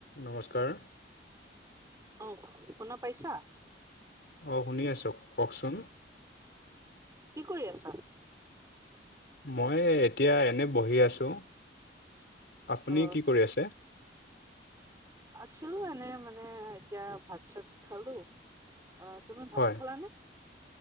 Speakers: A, on the left; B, on the right.
A: নমস্কাৰ
B: অ' শুনা পাইছা?
A: অ' শুনি আছোঁ কওকচোন।
B: কি কৰি আছা?
A: মই এতিয়া এনে বহি আছো, আপুনি
B: অ
A: কি কৰি আছে?
B: আছিলোঁ এনে মানে এতিয়া ভাত চাত খালো, অ' তুমি ভাত
A: হয়
B: খালানে?